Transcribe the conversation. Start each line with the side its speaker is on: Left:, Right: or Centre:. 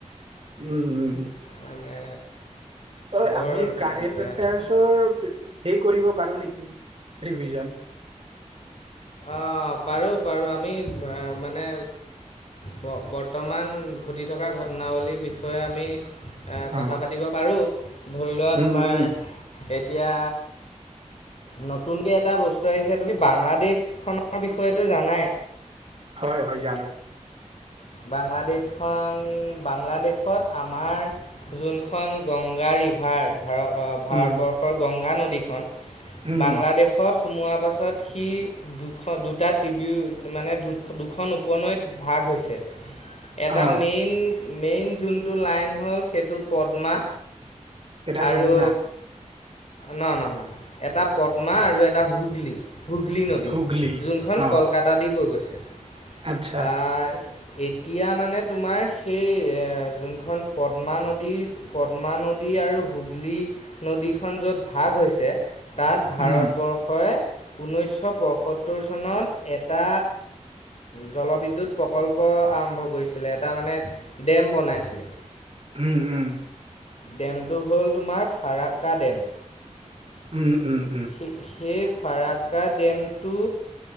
Right: উম উম উম
Left: মানে,
Right: অ',
Left: বৰ
Right: আমি কাৰেণ্ট
Left: বেয়া
Right: এফেয়াৰ্চৰ সেই <unintelligible>
Left: অঁ পাৰোঁ পাৰোঁ আমি মানে ব বৰ্তমান ঘটি থকা ঘটনাৱলীৰ বিষয়ে আমি এ
Right: অ
Left: কথা পাতিব পাৰো। <unintelligible>
Right: উম উম
Left: এতিয়া নতুনকৈ এটা বস্তু আহিছে তুমি বাংলাদেশ খনৰ বিষয়েটো জানাই,
Right: হয় হয় জানো
Left: বাংলাদেশখন বাংলাদেশত আমাৰ যোনখন গংগা ৰিভাৰ ভাৰ ভাৰতবৰ্ষৰ
Right: উম
Left: গংগা নদী। দিখন
Right: উম
Left: বাংলাদেশত। সোমোৱাৰ পাছত সি দুখন দুটা ট্ৰিবিউ মানে দু দুখন উপনৈত ভাগ হৈছে এটা
Right: অ
Left: মেইন মেইন যোনটো লাইন হ'ল সেইটো পদ্মা
Right: এটা
Left: আৰু
Right: যমুনা
Left: ন নহ নহ এটা পদ্মা আৰু এটা হুগলি হুগলী নদী,
Right: হুগলী
Left: যোনখন
Right: অ
Left: কলকাতা দি বৈ গৈছে,
Right: আচ্ছা
Left: <unintelligible> আহ। এই এতিয়া মানে তোমাৰ সেই যোনখন পথ পদ্মা নদী, পদ্মা নদী আৰু হুগলী নদী, খখন য'ত ভাগ হৈছে, তাত ভাৰতবৰ্ষই
Right: উম
Left: ঊনৈছশ পয়সত্তৰ চনত এটা জলবিদ্যুৎ প্ৰকল্প আৰম্ভ কৰিছিলে এটা মানে ডেম বনাইছিলে।
Right: উম উম।
Left: ডেমটো হ'ল তোমাৰ ফাৰাক্কা ডেম,
Right: উম উম।
Left: সেই সেইফ ফাৰ্কা ডেমটো